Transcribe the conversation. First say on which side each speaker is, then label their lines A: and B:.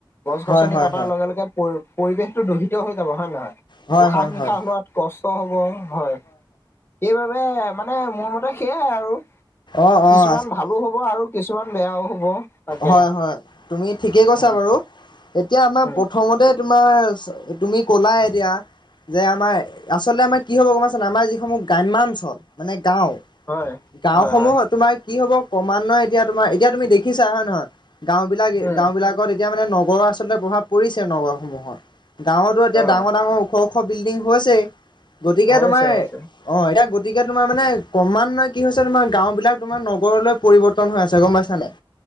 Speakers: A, on the left (about 25°); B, on the left (about 55°).
A: গছ-গছনি
B: হয় হয়
A: কটাৰ
B: হয়
A: লগে-লগে পৰি-পৰিৱেশটো দূষিত হৈ যাব হয় নহয়?
B: হয়
A: উশা-নিশাহ
B: হয় হয় হয়
A: লোৱাত কষ্ট হ'ব হয়, সেইবাবে মানে মোৰ মতে সেইয়াই আৰু
B: অ' অ'
A: কিছুমান ভালো হ'ব আৰু কিছুমান বেয়াও হ'ব। তাকে
B: হয়-হয় তুমি ঠিকেই কৈছা
A: উম
B: বাৰু, এতিয়া আমাৰ
A: উম
B: খঙতে তোমাৰ তুমি কলায় এতিয়া যে আমাৰ আচলতে আমাৰ কি হ'ব গম পাইছা নাই? আমাৰ যিসমূহ গ্ৰাম্যাঞ্চল মানে গাঁও
A: হয়
B: গাঁওসমূহ
A: হয় হয়
B: তোমাৰ কি হ'ব ক্ৰমান্বয় এতিয়া তোমাৰ এতিয়া তুমি দেখিছা হয় নহয়? গাঁওবিলাক
A: উম,
B: গাঁও বিলাকত এতিয়া মানে নগৰৰ আচলতে প্ৰভাৱ পৰিছে নগৰসমূহত। গাঁৱতো এতিয়া
A: অ',
B: ডাঙৰ-ডাঙৰ ওখ ওখ বিল্ডিং হৈছেই, গতিকে
A: হৈছে
B: তোমাৰ অ
A: হৈছে।
B: এতিয়া গতিকে তোমাৰ মানে ক্ৰমান্বয় কি হৈছে তোমাৰ গাঁও বিলাক তোমাৰ নগৰলৈ পৰিৱৰ্তন হৈ আছে, গম পাইছা নাই?